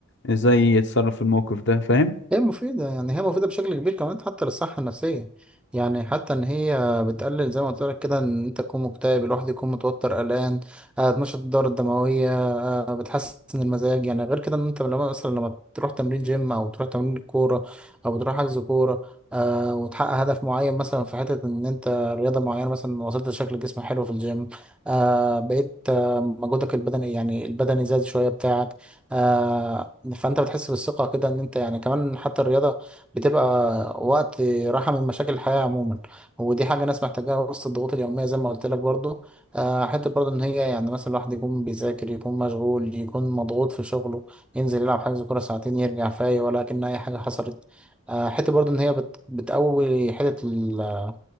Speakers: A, on the left; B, in the centre.
A: ازاي يتصرف في الموقف ده فاهم
B: هي مفيدة يعني هي مفيدة بشكل كبير كمان حتى للصحة النفسية يعني حتى إن هي بتقلل زي ما قلت لك كده إن أنت تكون مكتئب الواحد يكون متوتر قلقان آه، بتنشط الدورة الدموية آه، بتحسن المزاج يعني غير كده إن أنت لما مثلا لما تروح تمرين جيم أو تروح تمرين كورة أو بتروح حجز كورة آه، وتحقق هدف معين مثلا في حتة إن أنت رياضة معينة مثلا وصلت لشكل جسم حلو في الجيم آه، بقيت آه، مجهودك البدني يعني البدني زاد شوية بتاعك آه، فانت بتحس بالثقه كده ان انت يعني كمان حتى الرياضه بتبقى وقت راحه من مشاكل الحياه عموما ودي حاجه ناس محتاجاها وسط الضغوط اليوميه زي ما قلت لك برضو آه، حته برضو ان هي يعني مثلا الواحد يكون بيذاكر يكون مشغول يكون مضغوط في شغله ينزل يلعب حجز كوره ساعتين يرجع فايق ولا كأن اي حاجه حصلت آه، حته برضو ان هي بت- بتقوي حته ال-